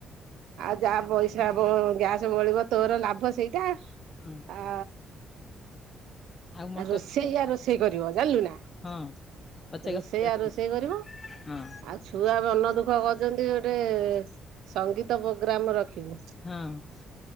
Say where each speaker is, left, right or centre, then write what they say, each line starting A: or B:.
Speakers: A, on the right; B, on the left.
A: ଆଉ ଯାହା ପଇସା ବ ଗ୍ୟାସ ବଳିବ ତୋର ଲାଭ ସେଇଟା।
B: ହୁଁ
A: ଆ
B: ଆଉ ମଟନ
A: ଆ ରୋଷେଇ ୟା ରୋଷେଇ କରିବ ଜାଣିଲୁ ନା।
B: ହଁ। ପଛେକା
A: ରୋଷେୟା
B: ପଚାରିବୁ
A: ରୋଷେଇ କରିବ
B: ହଁ
A: ଆଉ ଛୁଆ ମନ ଦୁଃଖ କରିଛନ୍ତି ଗୋଟେ ସଙ୍ଗୀତ ପ୍ରୋଗ୍ରାମ ରଖିବୁ।
B: ହଁ